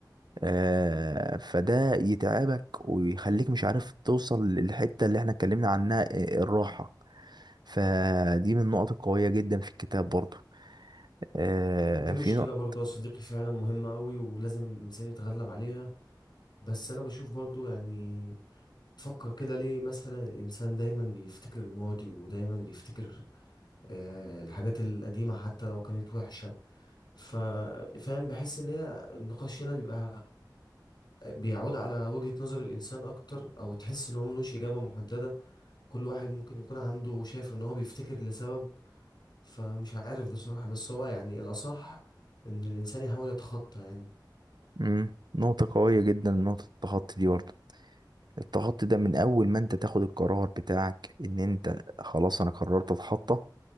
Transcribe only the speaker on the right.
آه فده يتعبك ويخليك مش عارف توصل للحتة اللي احنا اتكلمنا عنها آه، الراحة فدي من النقط القوية جدا في الكتاب برضو آه
في نق-
مم، نقطة قوية جدا نقطة التخطي دي برضو التخطي ده من أول ما أنت تاخد القرار بتاعك إن أنت خلاص أنا قررت أتخطى